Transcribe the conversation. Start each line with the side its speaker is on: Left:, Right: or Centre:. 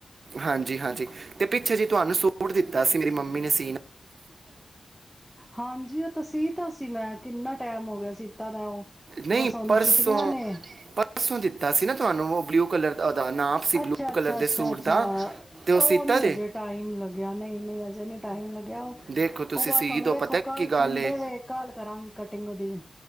Right: ਹਾਂਜੀ-ਹਾਂਜੀ ਤੇ ਪਿ ਅੱਛਾ ਜੀ ਤੁਹਾਨੂੰ ਸੂਟ ਦਿੱਤਾ ਸੀ ਮੇਰੀ ਮੰਮੀ ਨੇ ਸ
Centre: ਹਾਂਜੀ ਉਹ ਤਾ ਸੀ ਤਾਂ ਸੀ ਮੈਂ ਕਿੰਨਾ ਟਾਈਮ ਹੋ ਗਿਆ ਸੀ ਤਾ ਦਾ ਉਹ।
Right: ਨਹੀਂ
Centre: ਬਸ ਹੁਣ
Right: ਪਰਸੋਂ-ਪਰਸੋਂ
Centre: ਛੁੱਟੀਆਂ ਨੇ
Right: ਦਿੱਤਾ ਸੀ ਨਾ ਤੁਹਾਨੂੰ ਬਲੂ ਕਲਰ ਦਾ ਉਹਦਾ ਨਾਪ ਸੀ ਬਲੂ
Centre: ਅੱਛਾ- ਅੱਛਾ-ਅੱਛਾ-ਅੱਛਾ
Right: ਕਲਰ ਦੇ ਸੂਟ ਦਾ ਤੇ ਸੀਤਾ
Centre: ਉਹ ਨੀ
Right: ਜੇ
Centre: ਅਜੇ ਟਾਈਮ ਲੱਗਿਆ ਨਹੀਂ-ਨਹੀਂ ਅਜੇ ਨਹੀਂ ਟਾਈਮ ਲਗਿਆ। ਉਹ
Right: ਦੇਖੋ ਤੁਸੀਂ ਸੀ
Centre: ਬਸ ਹੁਣ
Right: ਦੋ
Centre: ਵੇਖੋ
Right: ਪਤਾ
Centre: ਕਲ
Right: ਕੀ ਗੱਲ
Centre: ਸੰਡੇ
Right: ਏ
Centre: ਵੇ ਕਲ ਕਰਾਂਗੀ ਕਟਿੰਗ ਉਹਦੀ